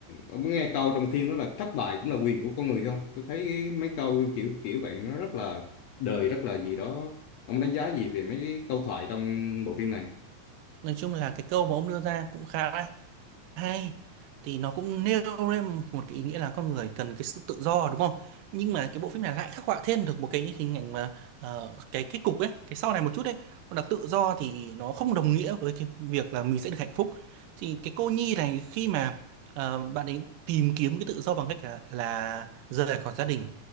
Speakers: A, on the left (about 75°); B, on the right (about 85°).
A: ông có nghe câu trong phim đó là thất bại cũng là quyền của con người không tôi thấy cái, mấy câu kiểu kiểu vậy nó rất là đời rất là gì đó ông đánh giá gì về mấy cái câu thoại trong bộ phim này
B: Nói chung là cái câu mà ông đưa ra cũng khá là hay thì nó cũng nêu lên một cái ý nghĩa là con người cần cái sự tự do đúng không nhưng mà cái bộ phim này lại khắc họa thêm được một cái hình ảnh mà ờ, cái kết cục ấy cái sau này một chút ấy là tự do thì nó không đồng nghĩa với cái việc là mình sẽ được hạnh phúc thì cái cô Nhi này khi mà ờ, bạn ấy tìm kiếm cái tự do bằng cách là, là rời khỏi gia đình